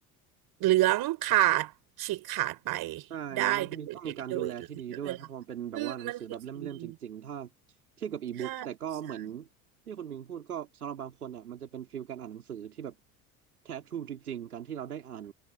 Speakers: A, on the right; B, on the right.
A: เหลืองขาดฉีกขาดไป
B: ใช่เนาะมันมีต้องมีการดูแลที่ดีด้วยถ้าพอมันเป็นแบบว่าหนังสือแบบเล่มๆจริงๆถ้า
A: ได้โดยโดยระยะเวลาอืมมันคือสิ่งหนึ่ง
B: เทียบกับอีบุ๊กแต่ก็เหมือน
A: ใช่ใช่
B: ที่คุณมิงพูดก็สำหรับบางคนอ่ะมันจะเป็นฟีลการอ่านหนังสือที่แบบแท้ทรูจริงๆการที่เราได้อ่าน